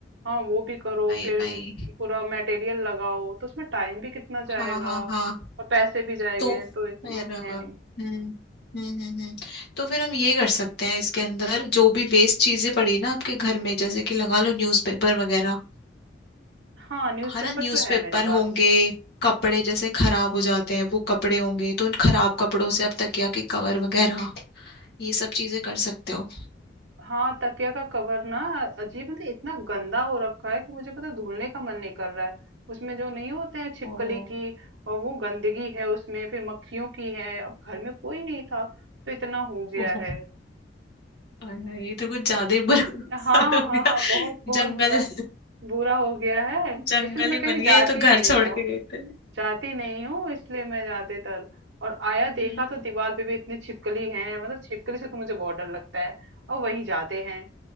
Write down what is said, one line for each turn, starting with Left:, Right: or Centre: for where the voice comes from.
Right: हाँ वो भी करो
Left: भाई
Right: फिर
Left: भाई
Right: पूरा मटेरियल लगाओ तो उसमें टाइम भी कितना जाएगा
Left: हाँ हाँ हाँ
Right: और पैसे भी जाएंगे
Left: तो
Right: तो इतना
Left: फिर अ,
Right: है नहीं
Left: हम्म हम्म हम्म हम्म। तो फिर हम ये कर सकते हैं इसके अंदर जो भी वेस्ट चीजें पड़ी ना आपके घर में जैसे कि लगा लो न्यूज़पेपर वगैरह
Right: हाँ न्यूज़पेपर
Left: है ना न्यूज़पेपर
Right: तो है मेरे पास
Left: होंगे कपड़े जैसे खराब हो जाते हैं वो कपड़े होंगे तो उन खराब कपड़ों से आप तकिया के कवर वगैरह ये सब चीजें कर सकते हो
Right: हाँ तकिया का कवर ना अजीब मतलब इतना गंदा हो रखा है कि मुझे पता है धुलने का मन नहीं कर रहा है उसमें जो नहीं होते हैं छिपकली
Left: ओहो
Right: की और वो गंदगी है उसमें फिर मक्खियों की है अब घर में कोई नहीं था तो इतना हो गया
Left: ओहो
Right: है
Left: आय हाय, ये तो कुछ ज्यादा ही बुरा
Right: हाँ
Left: हाल हो
Right: हाँ
Left: गया
Right: हाँ बहुत बहुत
Left: जंगल
Right: बुरा बुरा हो गया है
Left: जंगल
Right: इसलिए मैं
Left: ही
Right: कहीं
Left: बन गया
Right: जाती
Left: ये तो घर
Right: नहीं
Left: छोड़
Right: हूँ
Left: के गए थे
Right: जाती नहीं हूँ इसलिए मैं ज्यादातर और आया देखा
Left: हम्म
Right: तो दीवार पे भी इतनी छिपकली है मतलब छिपकली से तो मुझे बहुत डर लगता है और वही जाते हैं